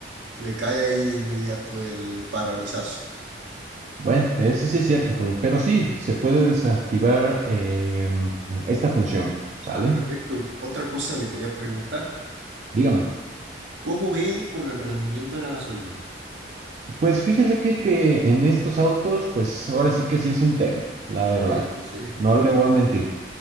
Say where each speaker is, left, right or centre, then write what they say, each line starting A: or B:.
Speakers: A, on the right; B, on the right.
A: le cae ahí de inmediato el parabrisazo.
B: Bueno, eso sí es cierto, Jun, pero sí, se puede desactivar em, esta función, ¿sale?
A: Ah, perfecto. Otra cosa le quería preguntar,
B: Dígame.
A: ¿cómo ve con el rendimiento de la gasolina?
B: Pues fíjese que, que en estos autos, pues ahora sí que sí es un tema, la verdad.
A: Sí, sí, sí.
B: No le voy a mentir.